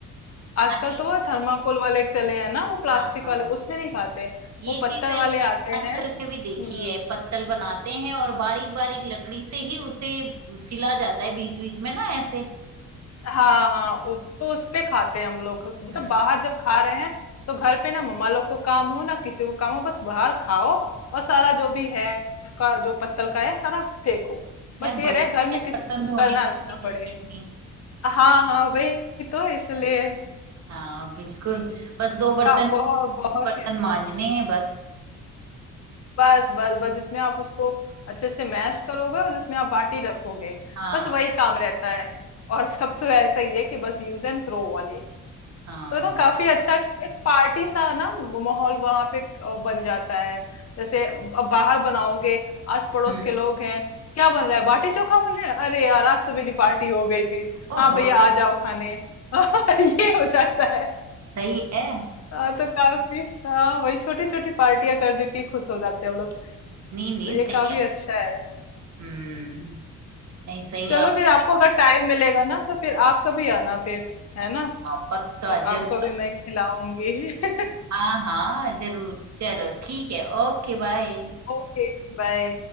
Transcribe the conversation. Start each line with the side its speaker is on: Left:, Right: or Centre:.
Left: आजकल
Right: हाँ ये-
Left: तो वो थर्माकोल वाले चले हैं ना वो प्लास्टिक
Right: हाँ हाँ।
Left: वाले उसमें नहीं खाते
Right: ये
Left: वो
Right: चीज
Left: पत्तल
Right: मैं
Left: वाले आते
Right: अंचल
Left: हैं हम्म।
Right: में भी देखी है पत्तल बनाते हैं और बारीक बारीक लकड़ी से ही उसे सिला जाता है बीच बीच में ना ऐसे
Left: हाँ हाँ उ- तो उस पे खाते हैं हम लोग मतलब
Right: हम्म
Left: बाहर जब खा रहे हैं तो घर पे ना मम्मा लोग को काम हो ना किसी को काम हो बस बाहर खाओ और सारा जो भी है आपका जो पत्तल का है सारा फेंको बस
Right: यार बड़े
Left: ये रहे घर में
Right: बर्तन
Left: किसी को कुछ
Right: धोने
Left: करना
Right: का
Left: ना
Right: भी झंझट
Left: पड़े
Right: नहीं
Left: हाँ हाँ वही तो इसलिए
Right: हाँ बिल्कुल
Left: हम्म,
Right: बस दो बर्तन
Left: हाँ, बहुत बहुत
Right: बर्तन
Left: ही अच्छा
Right: मांजने हैं बस
Left: बस बस बस जिसमें आप उसको अच्छे से मैश करोगे और जिसमें आप बाटी रखोगे
Right: हाँ
Left: बस वही काम रहता है और सब तो ऐसा ही है कि बस यूज एंड थ्रो वाले
Right: हाँ
Left: तो ना काफी अच्छा एक पार्टी सा ना माहौल वहां पे अ, बन जाता है जैसे अब बाहर बनाओगे आस पड़ोस
Right: हम्म
Left: के लोग हैं क्या बन रहा है बाटी चोखा बन रहा है अरे यार आज तो मेरी पार्टी हो गई फिर
Right: ओहो
Left: हाँ भैया आ जाओ खाने <laughs> ये हो जाता है
Right: सही है
Left: हाँ तो काफी हाँ वही छोटी छोटी पार्टियां करने के ही खुश हो जाते हैं हम लोग
Right: नहीं नहीं
Left: तो
Right: सही
Left: ये काफी
Right: है
Left: अच्छा है
Right: हम्म नहीं सही
Left: चलो
Right: है आप
Left: फिर आपको अगर टाइम मिलेगा ना तो फिर आप कभी आना फिर है ना
Right: हाँ, पक्का
Left: तो
Right: जरूर
Left: आपको भी मैं खिलाऊंगी <laughs>
Right: हाँ हाँ जरूर चलो ठीक है ओके बाय
Left: Okay bye